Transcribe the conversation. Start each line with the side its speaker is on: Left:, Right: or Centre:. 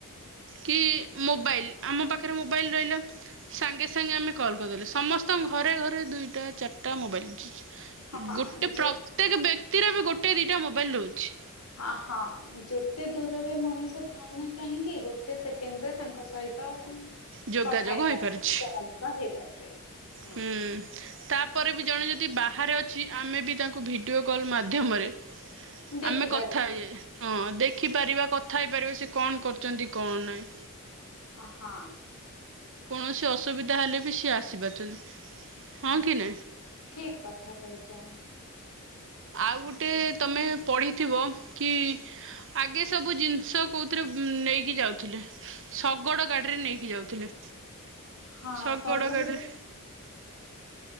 Right: କି ମୋବାଇଲ୍ ଆମ ପାଖରେ ମୋବାଇଲ ରହିଲା। ସାଙ୍ଗେ ସାଙ୍ଗେ ଆମେ କଲ୍ କରିଦେଲେ ସମସ୍ତଙ୍କ ଘରେ ଘରେ ଦୁଇଟା ଚାରିଟା ମୋବାଇଲ।
Left: ହଁ
Right: ଗୋଟେ ପ୍ରତ୍ୟେକ ବ୍ୟକ୍ତିର ବି ଗୋଟେ ଦିଟା ମୋବାଇଲ ରୋହୁଛି।
Left: ଅହଁ ଯେତେ ଦୂରରେ ମଣିଷ ଥାଉ ନା କାହିଁକି ଗୋଟେ ସେକେଣ୍ଡ ରେ ତାଙ୍କ ସହିତ
Right: ଯୋଗାଯୋଗ
Left: କଥା ହେଇପା
Right: ହୋଇପାରୁଛି
Left: ଯୋଗାଯୋଗ ହେଇପାରୁଛେ ହଁ
Right: ହୁଁ ତା ପରେ ବି ଜଣେ ଯଦି ବାହାରେ ଅଛି। ଆମେ ବି ତାଙ୍କୁ ଭିଡ଼ିଓ କଲ୍ ମାଧ୍ୟମରେ
Left: ଦେଖିପାରୁ
Right: ଆମେ କଥା ହେଇଯା ହଁ ଦେ ଖିପାରିବା କଥା ହେଇପାରିବା ସେ କଣ କରୁଚନ୍ତି କଣ ନାଇଁ।
Left: ଅହଁ।
Right: କୌଣସି ଅସୁବିଧା ହେଲେ ବି ସିଏ ଆସିପାରୁଛନ୍ତି। ହଁ
Left: ଅହଁ
Right: କି ନାଇଁ?
Left: ଠିକ କଥା କୋହୁଚ।
Right: ଆଉ ଗୋଟେ ତମେ ପଢ଼ିଥିବ କି ଆଗେ ସବୁ ଜିନିଷ କୋଉଥିରେ ନେଇକି ଯାଉଥିଲେ ଶଗଡ଼ ଗାଡ଼ିରେ ନେଇକି ଯାଉଥିଲେ।
Left: ହଁ
Right: ଶଗଡ଼
Left: ସଳେ
Right: ଗାଡ଼ିରେ